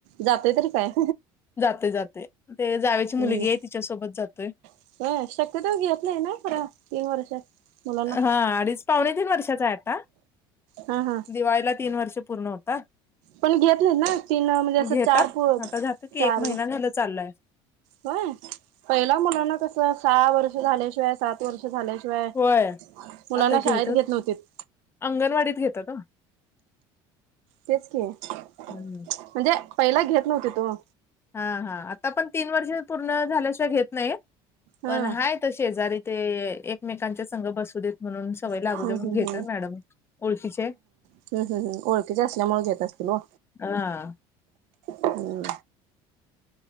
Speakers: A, on the right; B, on the left.
A: जातयं तरी काय?
B: जातोय जातोय ते जावेची
A: हम्म
B: मुलगी हाय तिच्यासोबत जातोय.
A: होय. शक्यतो घेत नाही ना खरा तीन वर्षात. मुलांना
B: हा. अडीच पावणे तीन वर्षाचा आहे आता
A: हा हा
B: दिवाळीला तीन वर्ष पूर्ण होत -- का?
A: पण घेत नाहीत ना तीन म्हणजे असं
B: घेतात
A: चार पो
B: आता जातो की
A: चार
B: एक महिना झालं चालाय.
A: होय. पहिला मुलांना कस सहा वर्ष झाल्याशिवाय सात -- वर्ष झाल्याशिवाय
B: होय
A: मुलांना
B: आता घेतात
A: शाळेत घेत नव्हतीत.
B: अंगणवाडीत घेत्यात ओ.
A: तेच की, म्हणजे
B: ओ.
A: पयला घेत नव्हतीत ओ.
B: हा. हा. आता पण तीन वर्ष पूर्ण झाल्याशिवाय घेत नाहीत पण
A: हा
B: हाय -- <unintelligible> शेजारी ते एक एकमेकांच्या संघ बसू देत म्हणून सवय लागू
A: हम्म
B: दे म्हणून
A: हम्म
B: घेत्यात मॅडम ओळखीचे.
A: हम्. हं. ओळखीचे असल्यामुळं घेत असतील ओ.
B: हा.
A: हम्म.